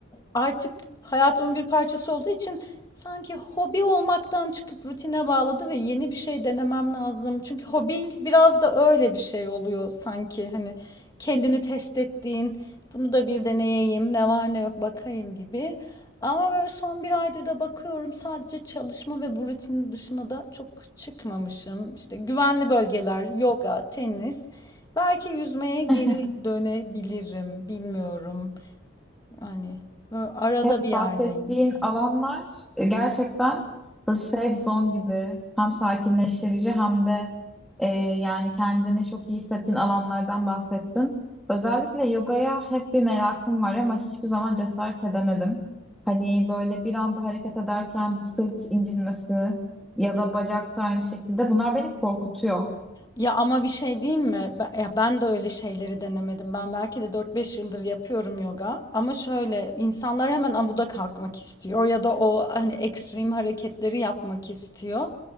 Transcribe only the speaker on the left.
Artık hayatımın bir parçası olduğu için sanki hobi olmaktan çıkıp rutine bağladı ve yeni bir şey denemem lazım. Çünkü hobi biraz da öyle bir şey oluyor sanki. Hani kendini test ettiğin, bunu da bir deneyeyim, ne var ne yok bakayım gibi. Ama böyle son bir aydır da bakıyorum sadece çalışma ve bu rutinin dışına da çok çıkmamışım. İşte güvenli bölgeler, yoga, tenis. Belki yüzmeye geri
dönebilirim, bilmiyorum. Yani böyle arada
bir yerdeyim.
Ya ama bir şey diyeyim mi? Ben, ya ben de öyle şeyleri denemedim. Ben belki de dört beş yıldır yapıyorum yoga. Ama şöyle insanlar hemen amuda kalkmak istiyor ya da o hani ekstrem hareketleri yapmak istiyor.